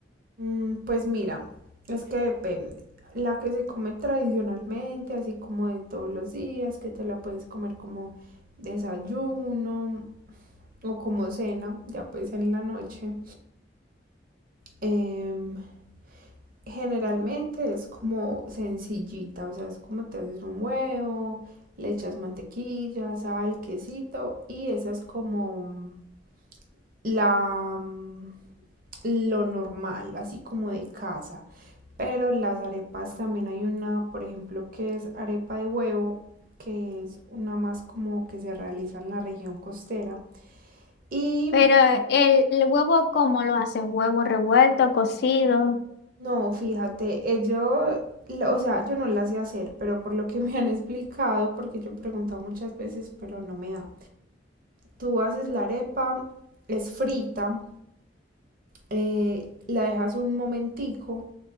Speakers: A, on the right; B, on the left.
A: mm, pues mira, es que depende. La que se come tradicionalmente, así como de todos los días, que te la puedes comer como desayuno o como cena, ya pues en la noche. Em, generalmente es como sencillita, o sea, es como te haces un huevo, le echas mantequilla, sal, quesito y esa es como mm, la mm, lo normal, así como de casa. Pero las arepas también hay una, por ejemplo, que es arepa de huevo, que es una más como que se realiza en la región costera. Y
B: Pero el, el huevo, ¿cómo lo hacen? Huevo revuelto, cocido.
A: No, fíjate, eh, yo, la- o sea, yo no la sé hacer, pero por lo que <laughs> me han explicado, porque yo he preguntado muchas veces, pero no me da. Tú haces la arepa, es frita, eh, la dejas un momentico,